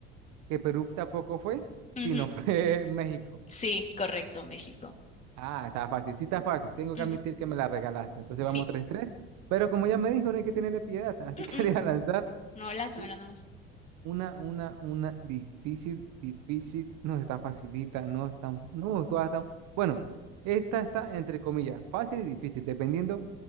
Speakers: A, on the right; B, on the left.
A: que Perú tampoco fue, sino
B: Ujú.
A: fue <laughs> México.
B: Sí, correcto, México.
A: Ah, está fácil, sí está fácil. Tengo
B: Ujú.
A: que admitir que me la regalaste. Entonces vamos
B: Sí.
A: tres tres. Pero como ya me dijo, no hay que tenerle piedad. Así
B: Mm,
A: que
B: mm.
A: <laughs> le voy a lanzar
B: No, lánzamelo
A: u-
B: nomás.
A: una, una, una difícil, difícil. No está facilita, no es tan, no, todas están. Bueno, esta está entre comillas, fácil y difícil, dependiendo